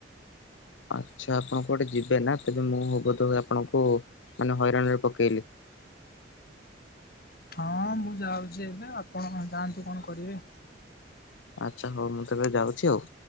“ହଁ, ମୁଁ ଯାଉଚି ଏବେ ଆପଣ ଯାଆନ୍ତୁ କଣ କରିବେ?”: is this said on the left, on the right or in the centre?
Left